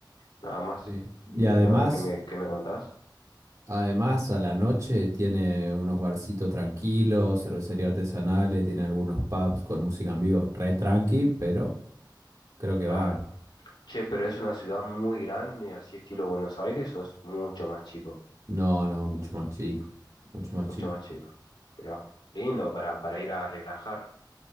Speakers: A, on the left (about 80°); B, on the right (about 45°).
A: nada más.
B: sí.
A: Y
B: Y además,
A: ahora que me, que me contás,
B: además a la noche tiene unos barcitos tranquilos, cervecería artesanales, tiene algunos pubs con música en vivo, re tranqui, pero creo que
A: claro.
B: va. eh.
A: Che, pero es una ciudad muy grande, así estilo Buenos Aires, o es mucho más chico,
B: No, no, mucho más chico, mucho más
A: mucho
B: chico.
A: más chico. Mirá, lindo para, para ir a relajar.